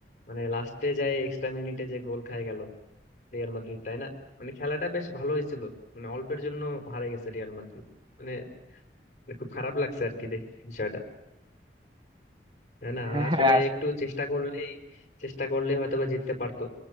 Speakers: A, on the left (about 45°); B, on the right (about 25°).
A: মানে লাস্টে যায় এক্সট্রা মিনিটে যে গোল খায় গেল রিয়াল মাদ্রিদ তাই না মানে খেলাটা বেশ ভালো হয়েছিল মানে অল্পের জন্য হারে গেছে রিয়াল মাদ্রিদ মানে খুব খারাপ লাগছে আর কি দেখ বিষয়টা না না
B: হ্যাঁ
A: আসলে
B: হ্যাঁ আস-
A: একটু চেষ্টা করলেই চেষ্টা করলে হয়তো বা জিততে পারতো